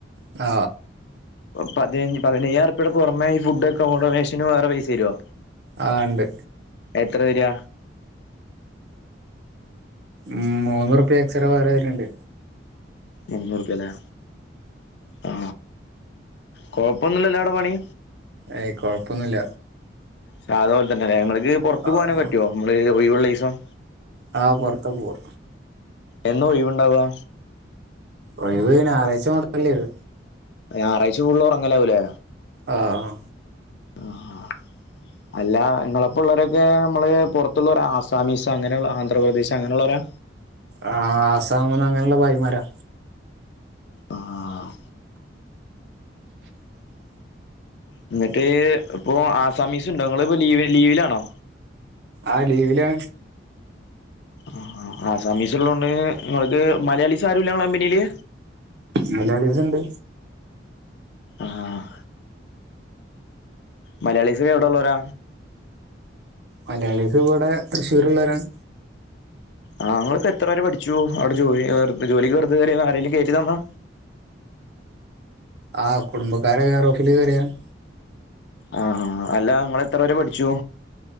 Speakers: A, on the right (about 60°); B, on the left (about 65°).
A: ആ
B: പതിനച് പതിനയ്യാറുപ്പെടെ പുറമെ ഈ ഫുഡ്ഡ അക്കോമോഡമേഷന് വേറെ പൈസ തരോ
A: ആഹ് ഇണ്ട്
B: എത്ര തര്യ
A: ഉം മൂന്നുറുപ്യ ചെലവ് വേറെ അയികിനിണ്ട്
B: ഇരുന്നുറുപ്യല്ലേ ആ കൊഴപ്പൊന്നുല്ലല്ലോ ആടെപണി
A: ഏയ് കൊഴപ്പൊന്നില്ല
B: സതാ പോലെതന്നെല്ലെ ഇങ്ങള് ഇത് പുറത്ത്
A: ആഹ്
B: പോകാനൊക്കെ പറ്റോ നമ്മള് ഒയിവൊള്ള ദീസം
A: ആഹ് പൊറത്തൊക്കെ പോവാ
B: എന്നാ ഒയിവുണ്ടാവുക
A: ഒഴിവ് ഞായറാഴ്ചമാത്രല്ലെളു
B: ഞാറാഴ്ച ഫുൾ ഉറങ്ങലാവൂലേ
A: ആഹ്
B: ആഹ് അല്ല ഇങ്ങളപ്പലുള്ളവരൊക്കെ നമ്മള് പുറത്തുള്ള ഒരാസാമീസ് അങ്ങനെയുള്ള ആന്ധ്രാപ്രദേശ് അങ്ങനെയുള്ളാരാ
A: ആ ആസാമീന്ന് അങ്ങനുള്ള ഭായ്മാരാ
B: ആഹ് എന്നിട്ട് ഇപ്പൊ ആസാമീസൊണ്ടോ നിങ്ങിപ്പോ ലീ ലീവിലാണോ
A: ആ ലീവിലാ
B: ആഹ് ആഹ് ആസമീസിള്ളോണ്ട് നിങ്ങക്ക് മലയാളീസാരുല്ല ഇങ്ങള കമ്പനീല്
A: മലയാളീസുണ്ട്
B: ആഹ് മലയാളിസ് എവിടൊള്ളോരാ
A: മലയാളീസ് ഇവടെ തൃശ്ശൂർള്ളോരാണ്
B: ആഹ് ഇങ്ങളിപ്പോ എത്രരെ പഠിച്ചു അവിടെ ജോലി വെറ ജോലിക്ക് വെറുത കറിയ ആരെങ്കിലും കേറ്റിതന്നാ
A: ആ കുടുംബക്കാരെ കേറോഫില് കേറിയാണ്
B: ആഹ്ഹ അല്ല ങ്ങളെത്ര വരെ പഠിച്ചു